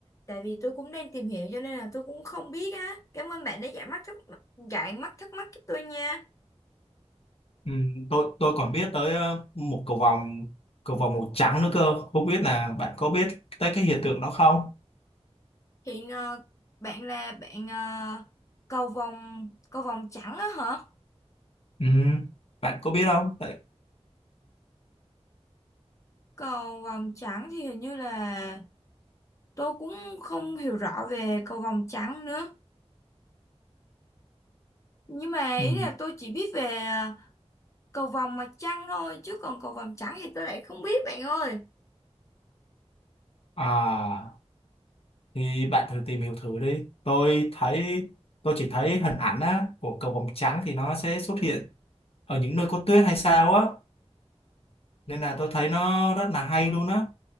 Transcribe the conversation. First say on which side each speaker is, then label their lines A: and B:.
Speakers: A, on the left; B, on the left.
A: tại vì tôi cũng đang tìm hiểu cho nên là tôi cũng không biết á cảm ơn bạn đã giải mắt thắc giải mắt thắc mắc cho tôi nha
B: ừ, tôi tôi còn biết tới ờ, một cầu vồng cầu vồng màu trắng nữa cơ không biết là bạn có biết tới cái hiện tượng đó không
A: hiện ờ, bạn là bạn ờ, cầu vồng cầu vồng trắng á hả
B: ừ, bạn có biết không Tại-
A: cầu vồng trắng thì hình như là tôi cũng không hiểu rõ về cầu vồng trắng nữa nhưng mà
B: ừ,
A: ý là tôi chỉ biết về à, cầu vồng mặt trăng thôi chứ còn cầu vồng trắng thì tôi lại không biết bạn ơi
B: à thì bạn thử tìm hiểu thử đi tôi thấy tôi chỉ thấy hình ảnh á, của cầu vồng trắng thì nó sẽ xuất hiện ở những nơi có tuyết hay sao á nên là tôi thấy nó rất là hay luôn á